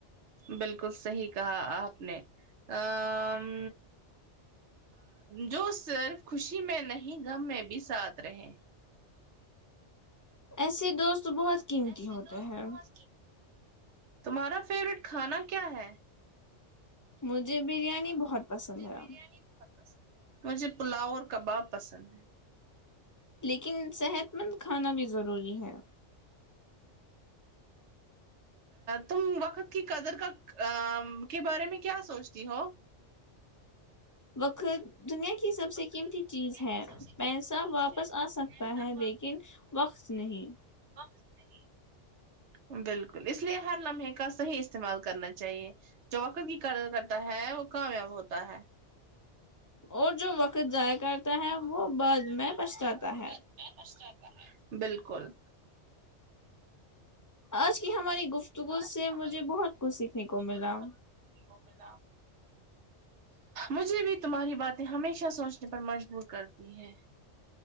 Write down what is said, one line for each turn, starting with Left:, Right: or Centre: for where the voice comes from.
Right: بالکل صحیح کہا آپ نے آمم جو صرف خوشی میں نہیں گم میں بھی ساتھ رہے
Left: ایسے دوست بہت قیمتی
Right: ایسے
Left: ہوتے
Right: دوست
Left: ہیں
Right: بہت تمہارا فیوریٹ کھانا کیا ہے
Left: مجھے بریانی بہت پسند
Right: مجھے
Left: ہے
Right: بریانی بہت پسند ہے مجھے پلاؤ اور کباب پسند ہے
Left: لیکن صحت مند کھانا بھی ضروری ہے
Right: تم وقت کی قدر کا کے بارے میں کیا سوچتی ہو
Left: وقت دنیا کی سب
Right: وقت
Left: سے قیمتی چیز
Right: دنیا
Left: ہے
Right: کی سب سے قیمتی
Left: پیسہ
Right: چیز
Left: واپس
Right: ہے
Left: آ سکتا
Right: پیسہ
Left: ہے لیکن وقص نہیں
Right: وقص نہیں بالکل اس لیے ہر لمحے کا صحیح استعمال کرنا چاہیے جو وقت کی کرتا ہے وہ کامیاب ہوتا ہے
Left: اور جو وقت ضائع کرتا
Right: وہ جو
Left: ہے
Right: وقت
Left: وہ
Right: ضائع
Left: بعد
Right: کرتا
Left: میں پچھتاتا
Right: وہ
Left: ہے
Right: بعد میں پچھتاتا ہے بالکل
Left: آج کی ہماری گفتگو
Right: آج
Left: سے
Right: کی ہماری
Left: مجھے
Right: گفتگو
Left: بہت کچھ
Right: سے
Left: سیکھنے کو
Right: مجھے
Left: ملا
Right: بہت سیکھنے کو ملا مجھے بھی تمہاری باتیں ہمیشہ سوچنے پر مجبور کرتی ہے